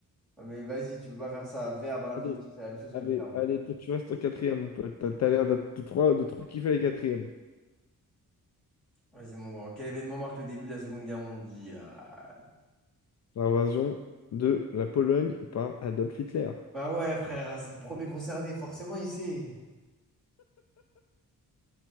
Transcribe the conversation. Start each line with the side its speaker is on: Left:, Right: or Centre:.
Centre: Non, mais vas-y, tu peux pas faire ça. Verbe à l'infinitif,
Left: Allez,
Centre: c'est la même chose que
Left: allez,
Centre: verbe.
Left: allez, toi, tu restes en quatrième, mon pote. T'as, t'as l'air de, de, trop, de trop kiffer les quatrièmes.
Centre: Vas-y, mon grand. Quel événement marque le début de la Seconde Guerre mondiale?
Left: L'invasion de la Pologne par Adolf Hitler.
Centre: Bah ouais, frère, hein, c'est le premier concerné, forcément, il sait.